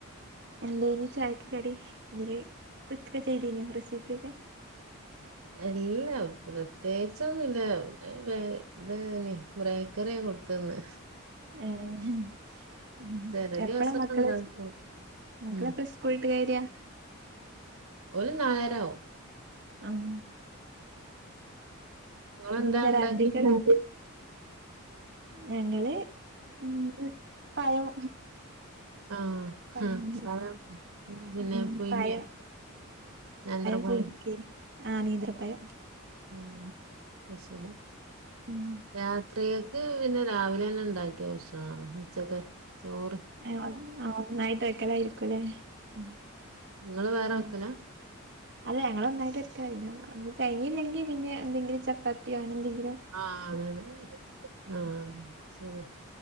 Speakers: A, on the right; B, on the right.
A: എന്തേനി ചായക്ക് കടി എന്തേ കൊച്ചൊക്കെ ചെയ്തനു റെസിപ്പി ഒക്കെ
B: എല്ലാം പ്രത്യേകിച്ചൊന്നുല്ല വേ ഇതാണേ ബ്രേക്കറി കൊടുത്തന്ന്
A: ഏഹ് ഉം
B: ചെല
A: എപ്പഴാ
B: ദിവസൊക്കെ
A: മക്കള്
B: ഇണ്ടാക്കും
A: മക്കളെപ്പഴ
B: ഉം
A: സ്കൂളട്ട് വരിയ
B: ഓല് നാലരയാവും
A: <unintelligible>
B: നിങ്ങള്
A: ഇനിയെന്താ
B: എന്താ ഇണ്ടാക്കിയെ
A: രാത്രിക്ക് ഞങ്ങള് ഉം പഴം
B: ആഹ്
A: പയം
B: ആഹ് പഴം പിന്നെ
A: ഉം
B: പുഴുങ്ങിയോ
A: പയം
B: നേന്ത്രപഴം
A: പുഴുങ്ങി ആ നേന്ത്രപ്പയം
B: ഉം അത് ശരി
A: ഉം
B: രാത്രിയേക്ക് പിന്നെ രാവിലെന്നെ ഇണ്ടാക്കിയ ഭക്ഷണമാണ് ഉച്ചക്ക് ചോറ്
A: ഹെ അതിങ്ങനെ ഒന്നായിട്ട് അയ്ക്കലഇരി ക്കുലേ ആ
B: നിങ്ങള് വേറെ
A: ആ
B: വെക്കലാ
A: അല്ല ഞങ്ങളൊന്നായിട്ടക്കലാ പിന്നെ തെയഞ്ഞില്ലെങ്കിൽ പിന്നെ എന്തെങ്കിലും ചപ്പാത്തിയോ അങ്ങനെന്തെങ്കിലും
B: ആ അങ്ങനെ ആഹ് ശരി